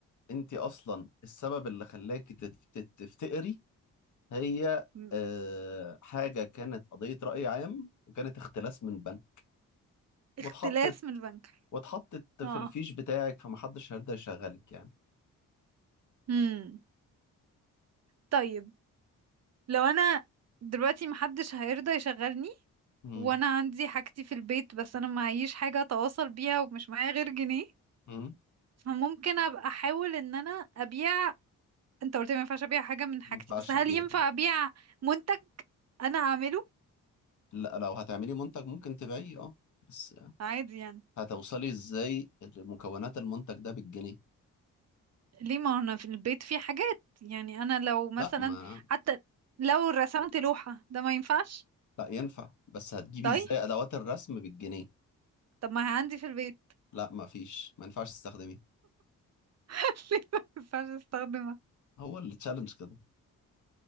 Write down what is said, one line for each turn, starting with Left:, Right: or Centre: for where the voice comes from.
Left: انت اصلا السبب اللي خلاكي تت- تت- تفتقري هي
Right: مم.
Left: آه، حاجة كانت قضية رأي عام وكانت اختلاس من بنك واتحطت
Right: اختلاس من البنك
Left: واتحطت
Right: اه
Left: في الفيش بتاعك فمحدش هيرضى يشغلك يعني
Right: مم. طيب لو انا دلوقتي محدش هيرضى يشغلني
Left: مم.
Right: وانا عندي حاجتي في البيت بس انا معيش حاجة اتواصل بيها ومش معايا غير جنيه
Left: مم.
Right: فممكن ابقى احاول ان انا ابيع انت قلت لي ما ينفعش ابيع حاجة من حاجتي
Left: ما ينفعش
Right: بس هل
Left: تبيع
Right: ينفع ابيع منتج انا اعمله
Left: لا لو هتعملي منتج ممكن تبيعيه اه بس
Right: عادي يعني
Left: هتوصلي ازاي لمكونات المنتج ده بالجنيه
Right: ليه ما انا في البيت في حاجات يعني انا لو مثلا
Left: لا ما
Right: حتى لو رسمت لوحة ده ما ينفعش
Left: لا ينفع بس هتجيبي
Right: طيب
Left: ازاي ادوات الرسم بالجنيه
Right: طب ما هي عندي في البيت
Left: لا ما فيش ما ينفعش تستخدميه
Right: <laughs> ليه ما ينفعش استخدمها
Left: هو اللي تشالنج كده